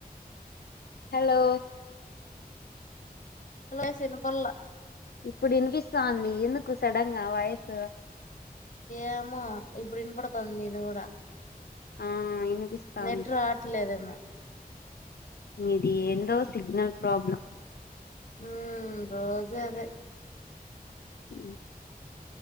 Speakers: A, on the left (about 85°); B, on the left (about 50°).
A: హలో
B: హలో ఆస్ ఇనపళ్ళ
A: ఇప్పుడు వినిపిస్తాంది ఎందుకు సడంగా వాయిస్
B: ఏమో ఇప్పుడు ఇనపడుతంది ఇది కూడా
A: ఆ వినిపిస్తాంది
B: నెట్ రావట్లేదేమో
A: మీది ఎందో సిగ్నల్ ప్రాబ్లం
B: ఉ రోజు అదే
A: ఉ